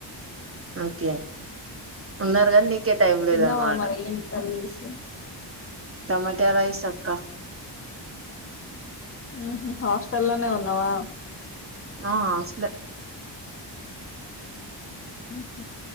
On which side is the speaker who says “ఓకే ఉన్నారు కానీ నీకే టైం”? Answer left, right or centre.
Right